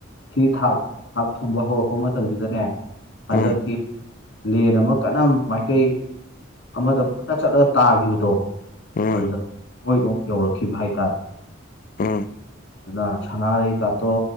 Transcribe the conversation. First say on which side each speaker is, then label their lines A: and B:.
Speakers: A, on the left; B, on the left.
A: ꯁꯤ ꯊꯥ ꯊꯝꯕ ꯍꯧꯔꯛꯄ ꯃꯇꯝꯖꯤꯗꯅꯦ ꯍꯟꯗꯛꯀꯤ
B: ꯎꯝ ꯎꯝ
A: ꯂꯦꯟ ꯑꯃ ꯀꯅꯝ ꯃꯥꯏꯀꯩ ꯑꯃꯗ ꯄꯨꯟꯅ ꯆꯠꯂꯒ ꯇꯥꯒꯤꯕꯗꯣ
B: ꯎꯝ
A: ꯑꯗꯨꯗ ꯑꯈꯣꯏꯔꯣꯝ ꯌꯧꯔꯛꯈꯤꯕ ꯍꯥꯏꯇꯥꯔꯦ
B: ꯎꯝ
A: ꯑꯗꯨꯅ ꯁꯅꯥꯔꯩꯒꯇꯣ